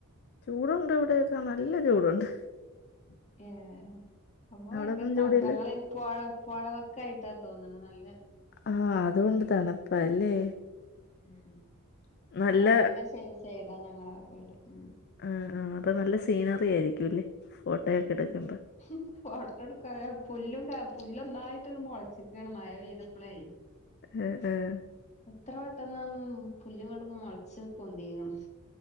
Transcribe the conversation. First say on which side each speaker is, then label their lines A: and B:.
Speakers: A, on the left; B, on the left.
A: ചൂടുണ്ട് ഇവിടെൊക്കെ നല്ല ചൂടുണ്ട്
B: ഏ അമ്മ ഭയങ്കര
A: അവിടൊന്നും
B: തണുപ്പങ്ങള്
A: ചൂടില്ല
B: പോയ പോയ വ ക്കായിട്ടാ തോന്നണ നല്ല
A: ആഹ
B: തണുപ്പാണ്.
A: അതുകൊണ്ടതണപ്പ ല്ലേ
B: ഉം
A: നല്ല
B: പുഴന്റെ സൈടാ ഞങ്ങള ഇവിടെ ഉ
A: ആ ആ അപ്പൊ നല്ല സീനറി ആയിരിക്കുംല്ലേ ഫോട്ടോയൊക്കെ
B: ഉ
A: എടുക്കുമ്പോ
B: ഫോട്ട എടുക്ക പുല്ലും കാ പു പുല്ല് ഒന്നായിട്ട് മുളച്ചിക്കാണ് മഴ പെയ്തപ്പളേ
A: ആഹ് ആഹ്
B: എത്ര പെട്ടെന്ന് എന്ന പുല്ല്ങ്ങട് മൊളച്ച് പൊന്തീക്ക്ണ്